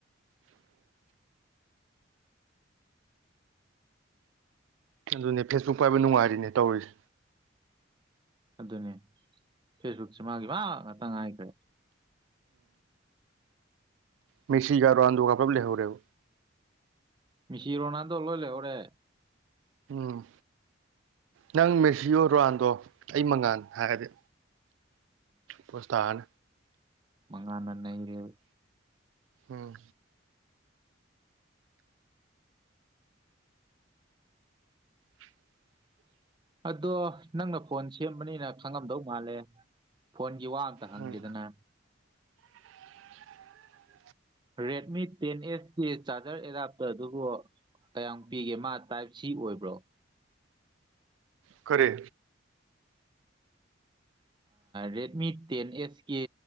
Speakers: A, on the right (about 75°); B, on the right (about 25°).
A: ꯑꯗꯨꯅꯦ ꯐꯦꯁꯕꯨꯛ ꯄꯥꯏꯕ ꯅꯨꯡꯉꯥꯏꯔꯤꯅꯦ ꯇꯧꯔꯤꯁꯦ
B: ꯑꯗꯨꯅꯦ ꯐꯦꯁꯕꯨꯛꯁꯤꯦ ꯃꯥꯒꯤ ꯃꯥ ꯉꯥꯛꯇꯪ ꯍꯥꯏꯥꯏꯈ꯭ꯔꯦ
A: ꯃꯦꯁꯤꯒꯔꯟꯗ ꯀꯄꯔ ꯂꯦꯍꯧꯔꯦꯣ
B: ꯃꯤꯁꯤꯤ ꯔꯣꯅꯥꯜꯗꯣ ꯂꯣꯏ ꯂꯦꯍꯔꯦ
A: ꯎꯝ ꯅꯪ ꯃꯦꯁꯤꯌꯣ ꯔꯣꯅꯥꯜꯗꯣ ꯑꯩ ꯃꯉꯥꯟ ꯍꯥꯏꯔꯗꯤ ꯄꯁꯊꯥꯟ
B: ꯃꯒꯅ ꯅ ꯔꯦ
A: ꯎꯝ <inaudible>
B: ꯑꯗꯣ ꯅꯪꯅ ꯐꯣꯟ ꯁꯦꯝꯕꯅꯤꯅ ꯈꯪꯉꯝꯗꯧ ꯃꯥꯜꯂꯦ ꯐꯣꯟꯒꯤ ꯋꯥ ꯑꯝꯇ ꯍꯪꯈꯤꯦꯗꯅ
A: ꯎꯝ <unintelligible>
B: ꯔꯦꯗꯃꯤ ꯇꯦꯟ ꯑꯦꯁꯀꯤ ꯆꯥꯔꯖꯔ ꯑꯦꯗꯥꯞꯇꯔ ꯑꯗꯨꯕꯨ ꯀꯌꯥꯝ ꯄꯤꯒꯦ ꯃꯥ ꯇꯥꯏꯞ ꯁꯤ ꯑꯣꯏꯕ꯭ꯔꯣ
A: ꯀꯔꯦ
B: ꯔꯦꯗꯃꯤ ꯇꯦꯟ ꯑꯦꯁꯀꯤ